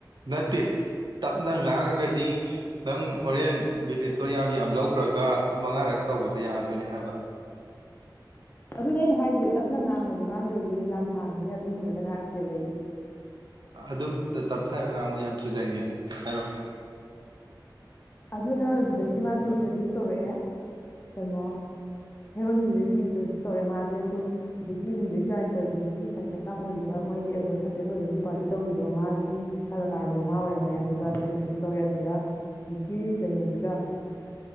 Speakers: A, on the right; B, on the left.
A: ꯅꯠꯇ° ꯇꯞꯅ ꯉꯥꯡꯉꯒꯗꯤ ꯅꯪ ꯍꯣꯔꯦꯟ ꯃꯤꯅꯤꯠꯇꯣ ꯌꯥꯝ ꯌꯥꯝ ꯂꯧꯈ꯭ꯔꯒ ꯃꯉꯥꯔꯛ ꯇꯧꯕꯗꯣ ꯌꯥꯗꯣꯏꯅꯦ ꯍꯥꯏꯕ
B: ꯑꯗꯨꯅ ꯑꯩꯅ ꯍꯥꯏꯁꯦ ꯇꯞꯅ ꯉꯥꯡꯉꯁꯨ ꯉꯥꯡꯗ꯭ꯔꯁꯨ ꯌꯥꯝ ꯁꯥꯡꯕꯅꯤꯅ ꯑꯗꯨꯝ ꯐꯖꯅ ꯉꯥꯡꯉꯁꯦꯕ ꯑꯩ
A: ꯑꯗꯨꯝ ꯇꯞꯊꯔ ꯉꯥꯡꯉꯨ ꯌꯥꯝ ꯊꯨꯖꯟꯒꯦ ꯍꯥꯏꯔꯣꯑꯣ
B: ꯑꯗꯨꯅ ꯑꯗꯨꯗꯒꯤ ꯃꯥꯁꯦ ꯏꯟꯇ꯭ꯔꯗ꯭ꯌꯨꯁ ꯇꯧꯔꯛꯑꯦ ꯀꯩꯅꯣ ꯍꯦꯔꯣꯅꯤꯁꯤꯗꯤ ꯑꯗꯨꯝ ꯏꯟꯇ꯭ꯔꯗ꯭ꯌꯨꯁ ꯇꯧꯔꯦ ꯃꯥꯁꯦ ꯐꯤꯂꯝ ꯍꯧꯖꯤꯛꯀꯤ ꯃ꯭ꯌꯨꯖꯤꯛ ꯗꯥꯏꯔꯦꯛꯇꯔꯗꯨꯒꯤ ꯁꯛꯁꯦꯁ ꯌꯥꯝ ꯑꯣꯏꯔꯤꯕ ꯃꯣꯏꯒꯤ ꯑꯦꯜꯕꯝ ꯁꯛꯁꯦꯁ ꯑꯣꯏꯕꯒꯤ ꯄꯥꯔꯇꯤ ꯇꯧꯔꯤꯗꯣ ꯃꯥꯒꯤ ꯀꯂꯥꯀꯥꯔꯗꯣ ꯃꯥ ꯑꯣꯏꯔꯝꯃꯦ ꯑꯗꯨꯒ ꯑꯗꯨꯗ ꯏꯟꯇ꯭ꯔꯣꯗ꯭ꯌꯨꯁ ꯇꯧꯔꯦ ꯑꯗꯨꯗ ꯍꯧꯖꯤꯛꯀꯤ ꯀꯩꯅꯣꯁꯤꯒ